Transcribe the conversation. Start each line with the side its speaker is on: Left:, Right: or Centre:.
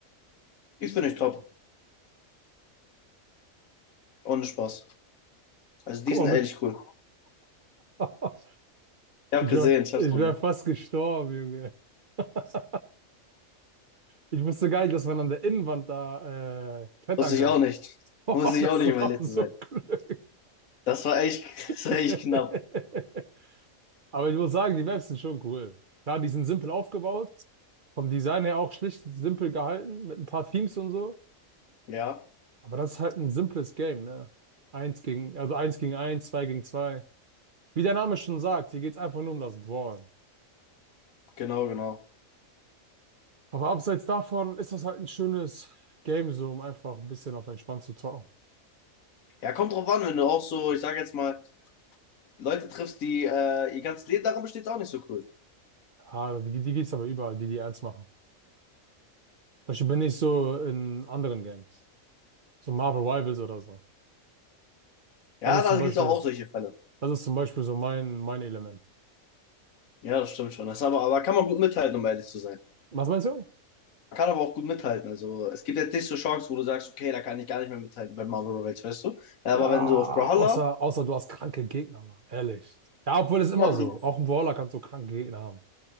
Left: Ich finde ich top. Ohne Spaß. Also die
Right: Guck
Left: sind
Right: mal
Left: ehrlich
Right: bitte.
Left: cool.
Right: <laughs>
Left: Ich hab
Right: Ich
Left: gesehen,
Right: wäre
Left: ich hab's
Right: ich
Left: gesehen.
Right: wär fast gestorben, Junge. <laughs> Ich wusste gar nicht, dass man an der Innenwand da äh, klettern
Left: Wusste
Right: kann.
Left: ich auch
Right: <laughs>
Left: nicht.
Right: Oh,
Left: Wusste
Right: das
Left: ich auch nicht,
Right: war
Left: um ehrlich zu
Right: so
Left: sein.
Right: Glück.
Left: Das war echt, <laughs>
Right: <laughs>
Left: das war echt knapp.
Right: Aber ich muss sagen, die Maps sind schon cool. Klar, die sind simpel aufgebaut, vom Design her auch schlicht simpel gehalten, mit ein paar Themes und so.
Left: Ja,
Right: Aber das ist halt ein simples Game, ne? Eins gegen, also eins gegen eins, zwei gegen zwei. Wie der Name schon sagt, hier geht's einfach nur um das Brawl.
Left: genau, genau.
Right: Aber abseits davon ist das halt ein schönes Game, so um einfach ein bisschen auf entspannt zu zocken.
Left: Ja, kommt drauf an, wenn du auch so, ich sage jetzt mal, Leute triffst, die äh, ihr ganzes Leben darin besteht, ist auch nicht so cool.
Right: Ah, die, die gibt's aber überall, die die ernst machen. Zum Beispiel bin ich so in anderen Games. So Marvel Rivals oder so.
Left: Ja,
Right: Das ist
Left: da
Right: zum
Left: gibt
Right: Beispiel,
Left: es auch, auch solche Fälle.
Right: das ist zum Beispiel so mein, mein Element.
Left: Ja, das stimmt schon. Das aber, aber kann man gut mithalten, um ehrlich zu sein.
Right: Was meinst du?
Left: Man kann aber auch gut mithalten. Also es gibt jetzt nicht so Chancen, wo du sagst, okay, da kann ich gar nicht mehr mithalten bei Marvel Rivals, weißt du? Ja,
Right: Ja,
Left: aber wenn du auf Brawlhalla,
Right: außer, außer du hast kranke Gegner, Mann. Ehrlich. Ja, obwohl es immer
Left: ja, aber
Right: so.
Left: du,
Right: Auch im Brawler kannst du kranke Gegner haben.